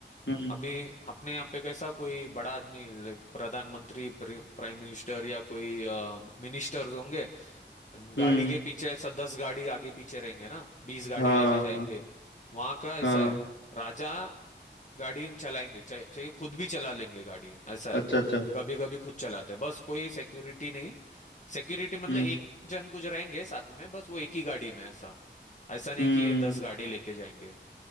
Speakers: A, on the left; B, on the left.
A: हम्म
B: अभी अपने यहाँ पे कैसा कोई बड़ा आदमी लाइक प्रधानमंत्री प्राइम मिनिस्टर या कोई मिनिस्टर्स होंगे गाड़ी
A: हम्म
B: के पीछे ऐसा दस गाड़ी आगे पीछे रहेंगे ना बीस गाड़ी
A: हाँ
B: लेके जाएंगे वहां का ऐसा
A: हाँ
B: है राजा गाड़ी चलाएंगे चाहे चाहे खुद भी चला लेंगे गाड़ी ऐसा
A: अच्छा
B: है
A: अच्छा
B: कभी कभी खुद चलाते हैं बस कोई सिक्योरिटी नहीं सिक्योरिटी मतलब
A: हम्म
B: एक जन कुछ रहेंगे साथ में बस वो एक ही गाड़ी में ऐसा। ऐसा नहीं
A: हम्म
B: कि दस गाड़ी लेके जाएंगे